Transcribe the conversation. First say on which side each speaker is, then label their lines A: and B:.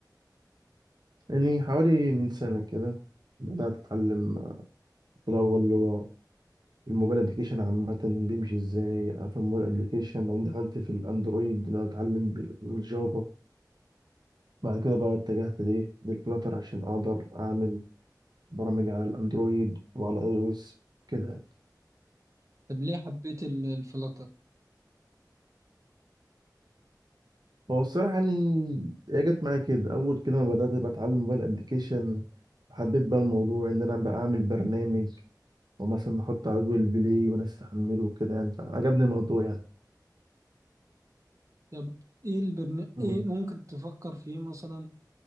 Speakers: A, on the right; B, on the right.
A: يعني حوالي من سنة كده بدأت أتعلم في الأول اللي هو الموبايل ابلكيشن عامة بيمشي ازاي في الموبايل ابلكيشن بعدين دخلت في الأندرويد إن أنا أتعلم بالجافا بعد كده بقى اتجهت لإيه للفلاتر عشان أقدر أعمل برامج على الاندرويد وعلى اي او اس كده
B: طب ليه حبيت ال- الفلاتر
A: هو الصراحه يعني هي جت معايا كده اول كده ما بدات بقى اتعلم موبايل ابلكيشن حبيت بقى الموضوع ان انا بقى اعمل برنامج ومثلا نحطه على جوجل بلاي وناس تحمله وكده يعني فعجبني الموضوع يعني
B: طب ايه البرن...
A: مم.
B: ايه ممكن تفكر فيه مثلا